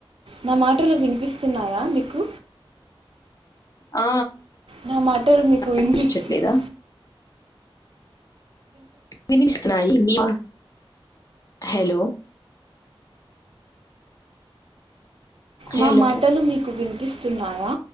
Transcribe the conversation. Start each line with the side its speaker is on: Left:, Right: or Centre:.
Right: నా మాటలు వినిపిస్తున్నాయా మీకు
Left: ఆ
Right: నా మాటలు మీకు వినిపిస్తుంది
Left: వినిపించట్లేదా? వినిపిస్తున్నాయి హలో హలో.
Right: నా మాటలు మీకు వి వినిపిస్తున్నాయా